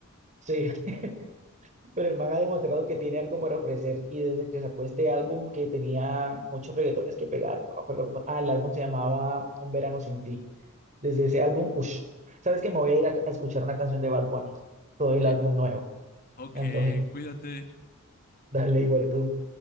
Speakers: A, on the right; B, on the left.
A: Sí, <laughs> pero el man ha demostrado que tiene algo para ofrecer y desde que sacó este álbum que tenía muchos reggaetones que pegaron, no me acuerdo cómo, ah, el álbum se llamaba Un verano sin ti Desde ese álbum, uff, ¿sabes que Me voy a ir a, a escuchar una canción de Bad Bunny, todo el
B: Eh,
A: álbum nuevo,
B: ok,
A: me antojé,
B: cuídate.
A: dale igual tú.